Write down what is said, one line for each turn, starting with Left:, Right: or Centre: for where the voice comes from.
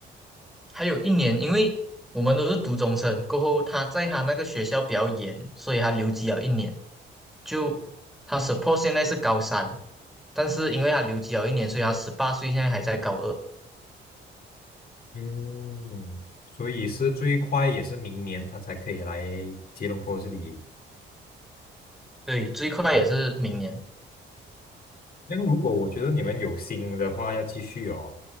Centre: 还有一年，因为我们都是读中生，过后他在他那个学校比较严，所以他留级了一年。就他 suppose 现在是高三，但是因为他留级了一年，所以他十八岁现在还在高二。
Left: 嗯，所以是最快也是明年他才可以来吉隆坡这里
Centre: 对，最快也是明年。
Left: 那如果我觉得你们有心的话，要继续哦，